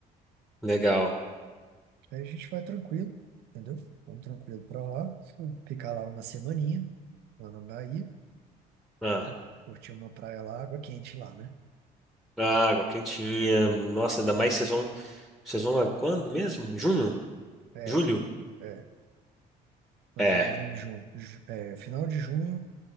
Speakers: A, in the centre; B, on the right (about 75°).
A: Legal.
B: Aí a gente vai tranquilo, entendeu? Vamos tranquilo para lá. Sim. Ficar lá uma semaninha, lá na Bahia.
A: Ah,
B: cu- Curtir uma praia lá, água quente lá, né?
A: água quentinha. Nossa, ainda mais vocês vão, vocês vão a quando mesmo? Junho?
B: É.
A: Julho?
B: é. Nós
A: É.
B: vamos em junho, é, final de junho,